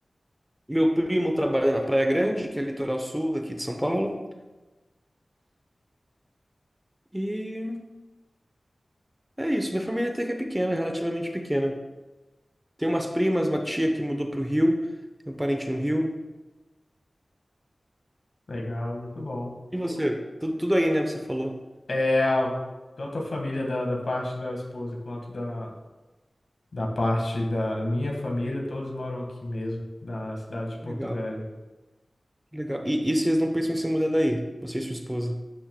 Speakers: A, on the right; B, on the left.
A: Meu primo trabalha na Praia Grande, que é litoral sul daqui de São Paulo. E é isso. Minha família até que é pequena, relativamente pequena. Tem umas primas, uma tia que mudou pro Rio. Tem um parente no Rio.
B: Legal, muito bom.
A: E você? Tudo, tudo aí, né? Você falou.
B: É, tanto a família da, da parte da esposa quanto da, Da parte da minha família, todos moram aqui mesmo, da cidade de Porto
A: Legal,
B: Velho.
A: legal. E, e vocês não pensam em se mudar daí? Você e sua esposa?